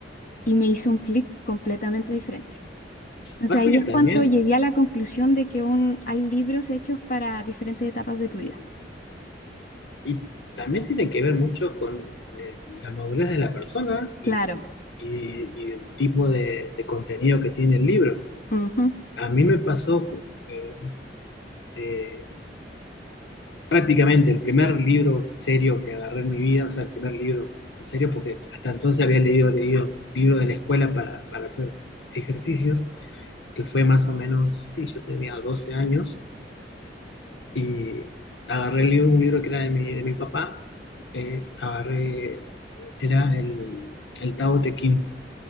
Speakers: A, on the left (about 45°); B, on the left (about 85°).
A: y me hizo un clic completamente diferente. Entonces
B: Pasa
A: ahí
B: que
A: es
B: también,
A: cuando llegué a la conclusión de que un, hay libros hechos para diferentes etapas de tu vida.
B: y también tiene que ver mucho con eh, la madurez de la persona y,
A: Claro.
B: y- y el tipo de, de contenido que tiene el libro.
A: Ujú,
B: A mí me pasó... eh, de- prácticamente el primer libro serio que agarré en mi vida, o sea, el primer libro en serio, porque hasta entonces había leído, leído libros de la escuela para, para hacer ejercicios, que fue más o menos, sí, yo tenía 12 años y agarré el libro, un libro que era de mi, de mi papá, eh, agarré, era el, el Tao Te Ching,